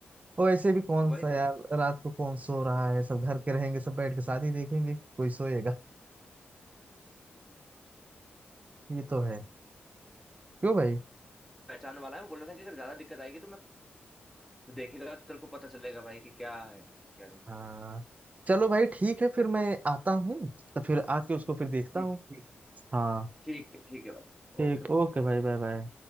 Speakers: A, on the right (about 35°); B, in the centre.
A: और ऐसे भी कौन
B: वही
A: सा यार
B: तो
A: रात को कौन सो रहा है सब घर के रहेंगे सब बैठ के शादी देखेंगे कोई सोएगा ये तो है क्यों भाई
B: पहचान वाला है वो बोल रहा था कि अगर ज्यादा दिक्कत आएगी तो मैं तू देखेगा तो तेरे को पता चलेगा भाई कि क्या है क्या नहीं
A: हाँ चलो भाई ठीक है फिर मैं आता हूँ तो फिर आके उसको फिर देखता
B: ठीक
A: हूँ
B: है
A: हाँ
B: ठीक है ठीक है भाई
A: ठीक
B: ओके भाई
A: ओके भाई बाय बाय